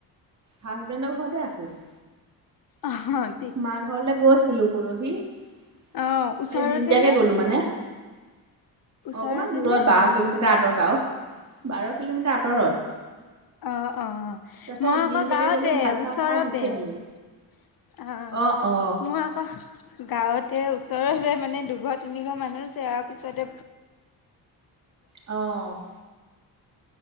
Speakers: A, on the right; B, on the left.
A: হাজবেণ্ডৰ ঘৰতে আছোঁ। <inaudible>
B: অহ, <inaudible>
A: মা ঘৰলে গৈছিলো পৰহি। <inaudible>
B: অ ওচৰতে
A: এই দিনতিয়াকৈ
B: নে
A: গ'লো মানে। <inaudible>
B: ওচৰতে
A: অকমান দূৰত
B: নে
A: বাও। বাৰ কিলোমিটাৰ আঁতৰত আও বাৰ কিলোমিটাৰ আঁতৰত। <inaudible>
B: অঁ-অঁ!
A: তাৰপিছত
B: মই আকৌ
A: দিনদিয়াকে
B: গাঁৱতে
A: গ'লো ভাত
B: ওচৰতে।
A: চাত খাই গুচি আহিলো।
B: <inaudible> অঁ!
A: অ অ
B: মই আকৌ <inaudible> গাঁৱতে ওচৰতে মানে দুঘৰ-তিনিঘৰ মানুহ যোৱাৰ পিছতে <inaudible>
A: অঁ! <inaudible>